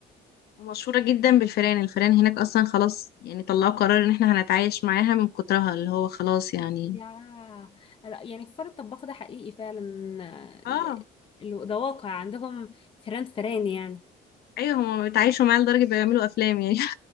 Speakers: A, on the left; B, on the left.
A: ومشهورة جدا بالفيران الفيران هناك اصلا خلاص يعني طلعوا قرار ان احنا هنتعايش معاها من كترها اللي هو خلاص يعني
B: يا لا يعني فار الطباخ ده حقيقي فعلا آه،
A: اه
B: ال- ده واقع عندهم فران فران يعني
A: ايوه هما بيتعايشوا معاها لدرجة بيعملوا افلام يعني